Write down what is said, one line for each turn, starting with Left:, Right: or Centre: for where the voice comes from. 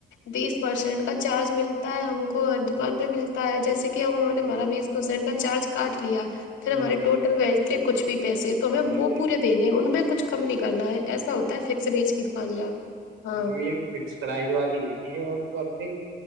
Left: بیس پرسینٹ کا چارج ملتا ہم کو ہر
Right: والی۔
Left: دکان پہ ملتا ہے جیسے کہ اب انہوں نے ہمارا
Right: جی
Left: بیس پرسینٹ کا چارج کاٹ لیا
Right: جی
Left: پھر ہمارے
Right: جی جی
Left: ٹوٹل وجتے کچھ بھی پیسے
Right: جی
Left: تو ہمیں وہ پورے دینے ہیں ان میں کچھ کم نہیں کرنا ہے ایسا ہوتا ہے فکس ریج کی دکان کا ہاں
Right: یہ فکس پرائز والی ہوئی چ اب اپنی